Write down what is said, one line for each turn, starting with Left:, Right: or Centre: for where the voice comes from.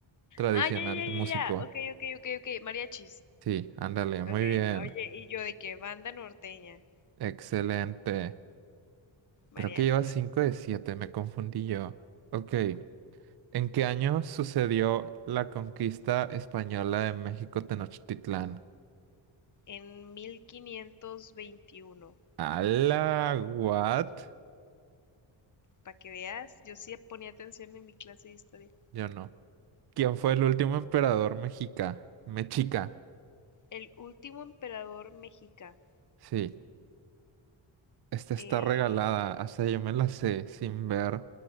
Right: tradicional
Left: Ah, ya, ya, ya,
Right: de
Left: ya,
Right: músico.
Left: ya. Ok, ok, ok, ok. Mariachis.
Right: Sí, ándale,
Left: Ok,
Right: muy bien,
Left: oye, y yo de que banda norteña,
Right: excelente. Creo
Left: mariachis.
Right: que lleva 5 de 7. me confundí yo. Ok, ¿en qué año sucedió la conquista española de México Tenochtitlán?
Left: En 1521.
Right: ¡Hala! ¿What?
Left: Para que veas, yo sí ponía atención en mi clase de historia.
Right: Yo no. ¿Quién fue el último emperador mexica? Mexica,
Left: El último emperador mexica.
Right: sí. Esta está
Left: Eh,
Right: regalada, o sea, yo me la sé sin ver